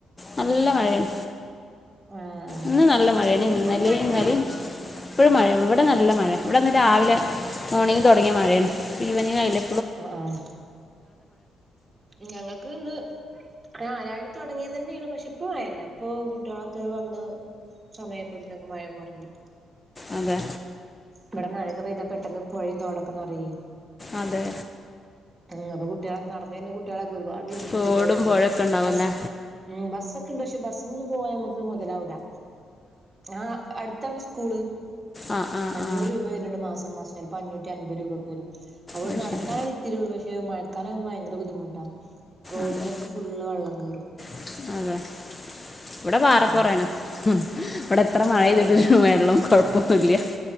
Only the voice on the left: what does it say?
നല്ല മഴയണ്
ഇന്ന് നല്ല മഴയാണ് ഇന്നലെ
ഉം ഇന്നലെ ഉംഇപ്പഴും മഴ ഇവിടെ നല്ല മഴെ ഇവിടെന്ന് രാവിലെ മോണിംഗ് തൊടങ്ങിയ മഴയാണ് ഈവനിങ് ആയി ലെ
അതെ
അതെ
തോടും
പുഴയൊക്കെ ഉണ്ടാവുമല്ലേ
ആ ആ
ആ
അത്
ശരി
അതെ
<inaudible> ഇവിടെ പാറ
പൊറേണ് ഉം ഇവിടെ എത്ര മഴെയ്ത്ട്ടും
വെള്ളം കൊഴ <unintelligible>